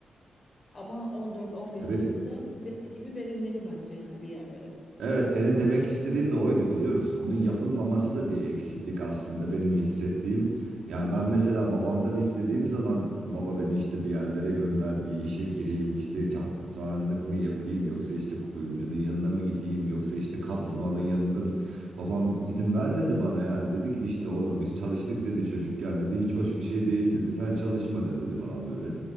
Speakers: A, on the left (about 40°); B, on the right (about 90°).
A: Ama 14-15
B: E
A: yaşında dediğin gibi verilmeli bence yani bir yerlere.
B: Evet, benim demek istediğim de oydu biliyor musun? Onun yapılmaması da bir eksiklik aslında benim hissettiğim. Yani ben mesela babamdan istediğim zaman baba beni işte bir yerlere gönder, bir işe gireyim, işte can kurtaranlık mı yapayım yoksa işte kuyumcunun yanına mı gideyim yoksa işte kabzımalın yanında mı? Babam izin vermedi bana yani dedi ki işte oğlum biz çalıştık dedi çocukken dedi hiç hoş bir şey değil dedi sen çalışma dedi falan böyle.